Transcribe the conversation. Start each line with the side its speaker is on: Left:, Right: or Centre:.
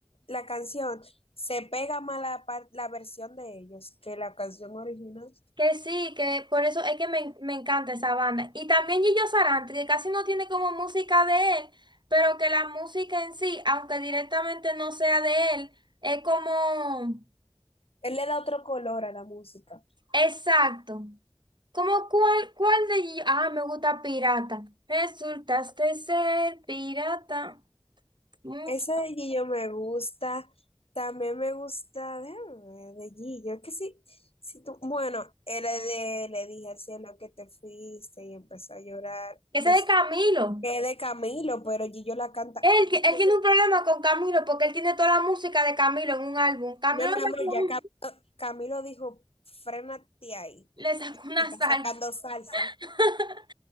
Left: la canción se pega más la, par- la versión de ellos que la canción original.
Right: Que sí, que por eso es que me, me encanta esa banda. Y también Gillo Sarante, que casi no tiene como música de él, pero que la música en sí, aunque directamente no sea de él, es como...
Left: Él le da otro color a la música.
Right: Exacto. Como cuál, cuál de Gillo... Ah, me gusta Pirata. Resultaste ser pirata. Mucho.
Left: Esa de Gillo me gusta, también me gusta, déjame ver, de Gillo, es que sí, si tú, bueno, era de, le dije al cielo que te fuiste y empezó a llorar.
Right: Ese
Left: Es
Right: de Camilo.
Left: que es de Camilo, pero Gillo la canta.
Right: Él, ti-
Left: No,
Right: él tiene un problema con Camilo porque él tiene toda la música de Camilo en un álbum. Camilo
Left: mi amor,
Right: le sacó
Left: ya
Right: un-
Left: Cam- Camilo dijo, frénate ahí.
Right: le sacó una
Left: Y está
Right: salsa.
Left: sacando salsa.
Right: <laughs>